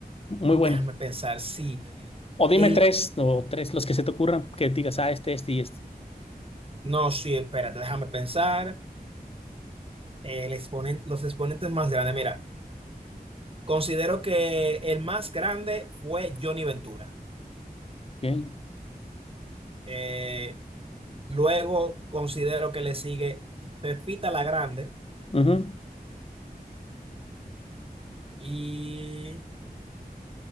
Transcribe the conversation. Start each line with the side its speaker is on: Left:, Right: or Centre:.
Left: muy
Right: déjame
Left: bueno.
Right: pensar, sí,
Left: O dime
Right: el,
Left: tres, o tres, los que se te ocurran, que digas, ah, este, este y este.
Right: no, sí, espérate, déjame pensar, el exponente, los exponentes más grandes, mira, considero que el más grande fue Johnny Ventura,
Left: Ok,
Right: Eh, luego considero que le sigue Pepita la Grande
Left: ujú,
Right: y,